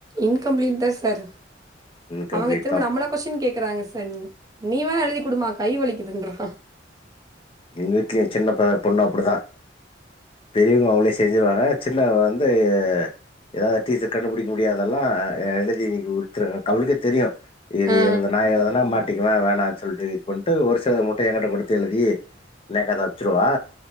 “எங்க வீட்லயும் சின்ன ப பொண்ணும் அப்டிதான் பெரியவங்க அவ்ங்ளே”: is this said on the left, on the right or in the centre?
Left